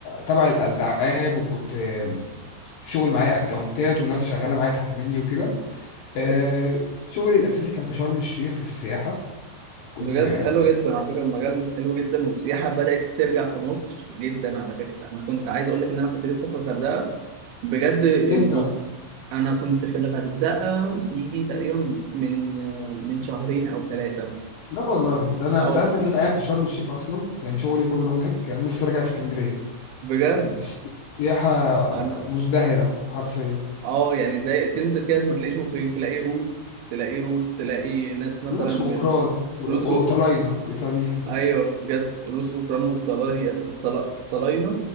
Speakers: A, on the left (about 85°); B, on the right (about 75°).
A: تبع الالعاب وكنت آه، في شغل معايا اكونتات وناس شغاله معايا تحت مني وكده آه
B: أيوه
A: شغلي الاساسي كان في شرم الشيخ في السياحه كنت
B: بجد
A: آه،
B: حلو جدا على فكرة المجال حلو جدا والسياحة بدأت ترجع في مصر جدا على فكرة أنا كنت عايز أقول لك إن أنا كنت لسه في الغردقة بجد المص
A: امتى
B: انا كنت في الغردقه يجي تقريبا من من شهرين او ثلاثه مثلا
A: لا والله ده انا
B: او
A: انت عارف ان انا قاعد في شرم الشيخ اصلا يعني شغلي كله هناك يعني انا لسه راجع اسكندريه
B: بجد
A: الس- السياحه آه،
B: انا
A: مزدهره حرفيا
B: اه يعني ده تنزل كده ما تلاقيش مصريين تلاقي روس تلاقي روس تلاقي ناس مثلا
A: روس
B: م-
A: واوكران و-
B: روس و...
A: وطلاينه وايطاليين
B: ايوه بجد روس واوكران وطلاينة طلاينة